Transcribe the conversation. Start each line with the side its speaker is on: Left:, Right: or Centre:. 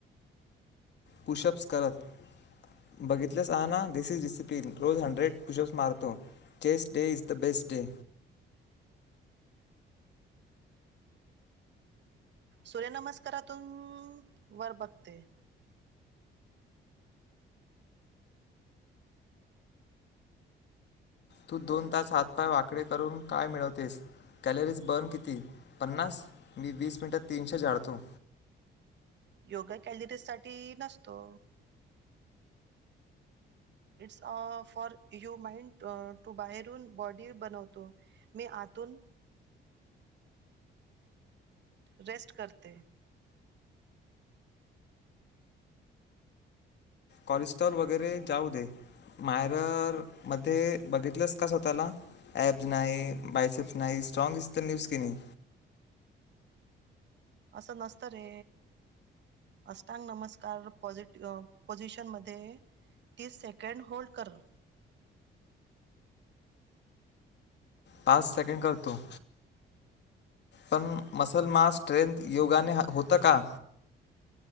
Left: पुषब्स करत. बघितलंस आहा ना. दिस इज डिसिप्लेन रोज हंड्रेड पुशप्स मारतो. Chess day is the best day.
Right: सूर्यनमस्कारातून वर बघते.
Left: तू दोन तास हातपाय वाकडे करून काय मिळवतेस? कॅलरीज बर्न किती? पन्नास. मी वीस मिनटात तीनशे जाळतो.
Right: योगा कॅलरीज साठी नसतो. It's a for U mind to बाहेरून बॉडी बनवतो. मी आतून रेस्ट करते.
Left: कोलेस्ट्रॉल वगैरे जाऊ दे. मायरर मध्ये बघितलंस का स्वतःला? एप्ज नाही. बायसेप्स नाही. स्ट्रॉग तर न्यूज की नाही.
Right: असं नसतं रे अस तांग नमस्कार पोझीट पोझिशन मध्ये तीस सेकंड होल्ड कर.
Left: पाच सेकंड करतो. पण मसल, मांस, स्ट्रेंथ योगाने होतं का?